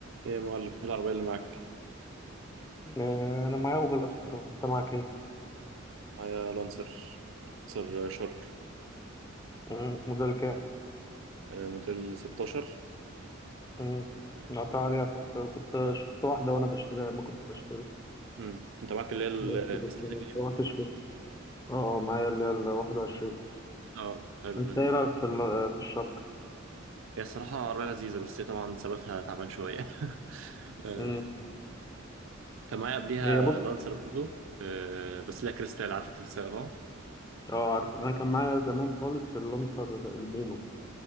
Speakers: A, on the right (about 70°); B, on the left (about 15°).
A: ايه يا معلم ايه العربية اللي معاك؟
B: آه، انا معايا اوبل استرا انت معاك ايه
A: معايا لانسر لانسر شارك
B: مم، موديل كام
A: آه، موديل 16
B: مم،
A: آه،
B: قطع عليها كنت كنت شفت واحده وانا بشتريها ما كنت بشتري
A: امم انت معاك اللي هي
B: بس
A: الفيس
B: بس
A: ليفت
B: ما
A: الجديدة
B: روحتش
A: مش كده؟
B: فيها اه اه معايا اللي هي ال 21
A: اه حلو
B: انت
A: لذيذ
B: ايه رايك في ال- آه، في الشرق
A: هي الصراحة عربية لذيذة بس هي طبعا ثباتها تعبان شوية <laughs> آه،
B: مم،
A: كان معايا قبليها
B: هي بص
A: لانسر برضو آه، بس لها كريستال عارف الكريستال اه
B: اه عارف انا كان معايا زمان خالص اللانسر البومه